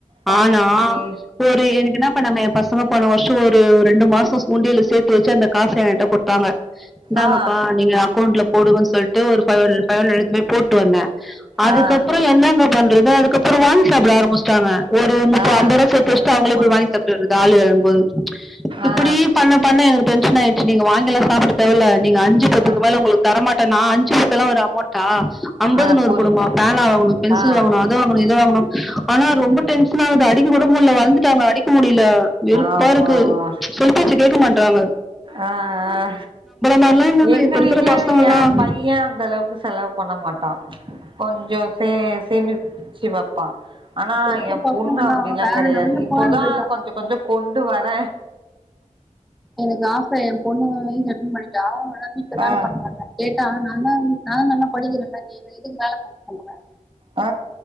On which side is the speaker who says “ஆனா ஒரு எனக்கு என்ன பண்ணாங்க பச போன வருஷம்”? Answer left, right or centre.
Centre